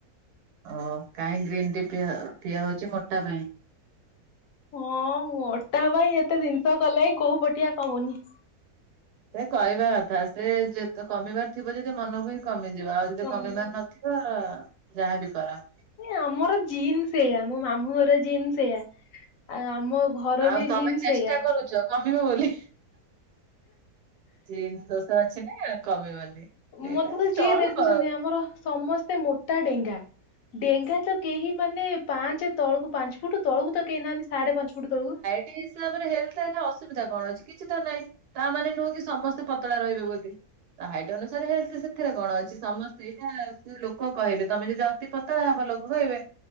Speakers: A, on the right; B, on the left.
A: ଓ କାହିଁ ଗ୍ରୀନ୍ ଟି ପିଆ ପିଆ ହଉଚି ମୋଟା ପାଇଁ।
B: ହଁ ମୋଟା ପାଇଁ ଏତେ ଜିନିଷ କଲେ ବି କୋଉପଠିଆ କମୁନି।
A: ସେ କହିବା କଥା ସେ ଯେତେ କମିବାର ଥିବ ଯଦି ମନକୁ ହିଁ କମିଯିବ ଆଉ ଯଦି
B: କମୁନି
A: କମିବାର ନଥିବ ତା ଯାହାବି କରା।
B: ଏ ଆମର ଜିନ୍ ସେଇଆ, ମୋ ମାମୁଁ ଘର ଜିନ୍ ସେଇଆ ଆଉ ଆମ ଘର
A: ଆଉ
B: ବି
A: ତମେ
B: ଜିନ୍
A: ଚେଷ୍ଟା
B: ସେଇଆ।
A: କରୁଚ କମିବ ବୋଲି ଜିନ ଦୋଷ ଅଛି ନା କମିବନି। ସେଇଟା
B: ମତେ ତ ଯିଏ
A: ଚଳିବ
B: ଦେଖୁଛନ୍ତି ଆମର ସମସ୍ତେ ମୋଟା ଡେଙ୍ଗା, ଡେଙ୍ଗା ତ କେହି ମାନେ ପାଞ୍ଚ ତଳକୁ ପାଞ୍ଚ ଫୁଟ ତଳକୁ ତ କେହିନାହାନ୍ତି ସାଢେ ପାଞ୍ଚ ଫୁଟ ତଳକୁ
A: ସେଇ ହିସାବରେ ହେଲଥ ହେଲେ ଅସୁବିଧା କଣ ଅଛି କିଛି ତ ନାହିଁ। ତାମାନେ ନୁହଁକି ସମସ୍ତେ ପତଳା ରହିବେ ବୋଲି। ହାଇଟ ଅନୁସାରେ ହେଲଥ ସେ ସେଥିରେ କଣ ଅଛି, ସମସ୍ତେ ଏଇଟା ଲୋକ କହିବେ ତମେ ଯଦି ଅତି ପତଳା ହେବା ଲୋକ କହିବେ